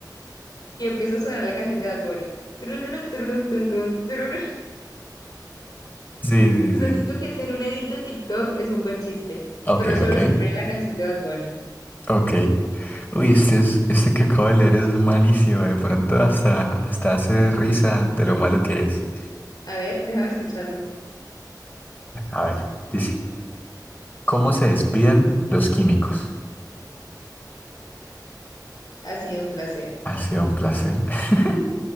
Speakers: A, on the left; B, on the left.
A: Y empieza a sonar la canción de Bad Bunny. Tururún, tururún, tun, tun, tururún.
B: Sí, sí,
A: O
B: sí.
A: sea, siento que hacer un edit de TikTok es un buen chiste,
B: Ok,
A: pero solo
B: ok,
A: si ponen la canción de Bad Bunny.
B: ok. Uy, este es, este que acabo de leer es malísimo. De pronto hasta, hasta hace risa de lo malo que es.
A: A ver, déjame escucharlo.
B: A ver, dice. ¿Cómo se despiden los químicos?
A: Ha sido un placer.
B: Ha sido un placer. <laughs>